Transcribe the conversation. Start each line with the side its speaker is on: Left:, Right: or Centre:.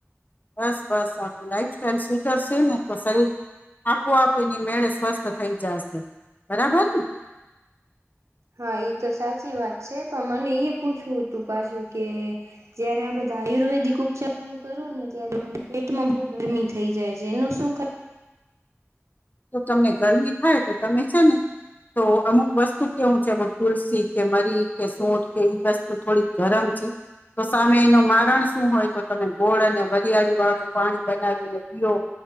Left: બસ બસ આપણી લાઈફ સાઈલ સુધરશે ને, તો શરીર આપોઆપેની મેળે સ્વસ્થ થઈ જશે, બરાબર ને.
Right: હા એ તો સાચી વાત છે પણ મને એ પૂછવું હતું પાછું કે, જયારે આ બધા આયુર્વેદિક ઉપચારો હું કરું ને ત્યારે મને પેટમાં બહુ ગરમી થઈ જાય છે એનું શું કારણ?
Left: તો તમને ગરમી થાય તો તમે છે ને, તો અમુક વસ્તુ કેવું છે તુલસી કે મરી કે, સોઠ કે, ઈ વસ્તુ થોડીક ગરમ છે. તો સામે એનું મારણ શું હોય? તો તમે ગોળ અને વરિયાળી વાળું પાણી બનાવીને પીઓ.